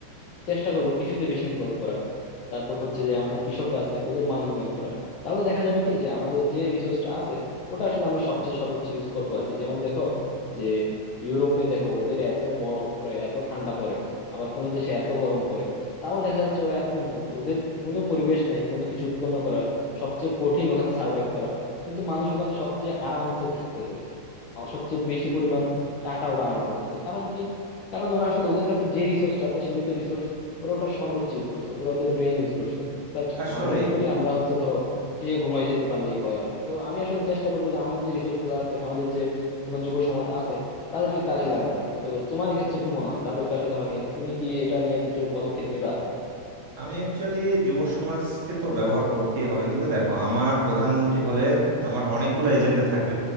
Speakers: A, on the left; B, on the right.
A: চেষ্টা করব কৃষিতে বেশি ইনভলভ করার তারপর হচ্ছে যে আমাদের কৃষকরা আছে ওদের মান উন্নয়ন করার তাহলে দেখা যাবে কি যে আমাদের যে রিসোর্সটা আছে ওটা আসলে আমরা সবচেয়ে সর্বোচ্চ ইউজ করবো আর কি যেমন দেখো যে ইউরোপে দেখো ওদের এত বরফ পড়ে এত ঠান্ডা পড়ে আবার কোনো দেশে এত গরম পড়ে তাও দেখা যাচ্ছে ওরা এত উন্নত ওদের কোনো পরিবেশ নাই কোনো কিছু উৎপন্ন করার সবচেয়ে কঠিন ওখানে সার্ভাইভ করা কিন্তু মানুষ ওখানে সবচেয়ে আরামসে থাকতেছে আহ সবচেয়ে বেশি পরিমাণ টাকা ওরা আর্ন করতেছে কারণ কি কারণ ওরা আসলে ওদের কাছে যে রিসোর্সটা আছে সীমিত রিসোর্স ওরা ওটার সর্বোচ্চ ইউজ করছে ওরা ওদের ব্রেন ইউজ করছে বাট
B: আসলেই
A: আমরা কি করি আমরা হচ্ছে ধরো খেয়ে ঘুমাই যেতে পারলেই হয় আর কি তো আমি আসলে চেষ্টা করবো যে আমাদের যে রিসোর্স গুলো আছে আমাদের যে তোমার যুব সমাজ আছে তাদেরকে কাজে লাগানোর আর কি তো তোমার এক্ষেত্রে কি মনে হয় তাদেরকে আসলে মানে তুমি কি এটা নিয়ে কিছু পদক্ষেপ নিবা
B: আমি অ্যাকচুয়ালি যুব সমাজকে তো ব্যবহার করতেই হবে কিন্তু দেখো আমার প্রধানমন্ত্রী হলে আমার অনেকগুলো এজেন্ডা থাকবে